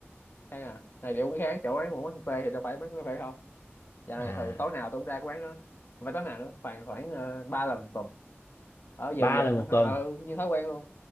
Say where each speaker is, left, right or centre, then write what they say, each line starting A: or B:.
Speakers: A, on the left; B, on the left.
A: hay à này liệu cái kháng chỗ quán quán cà phê thì đâu phải bán cà phê không dạo
B: à
A: này thường tối nào tôi cũng ra cái quán đó và tối nào nữa khoảng khoảng ờ, ba lần một tuần ở dần
B: ba
A: dần
B: lần một
A: nó-
B: tuần
A: ừ như thói quen luôn